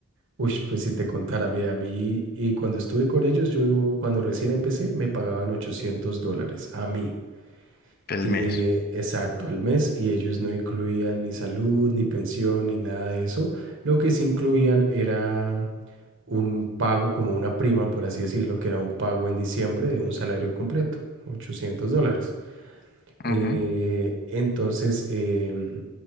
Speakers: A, on the right; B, on the left.
A: Uy, pues si te contara, mira, a mí, y cuando estuve con ellos, yo cuando recién empecé, me pagaban 800 dólares a mí,
B: el
A: eh,
B: mes?
A: exacto, al mes, y ellos no incluían ni salud, ni pensión, ni nada de eso. Lo que sí incluían era un pago, como una prima, por así decirlo, que era un pago en diciembre de un salario completo, 800 dólares. Eh,
B: Ujú,
A: entonces, em,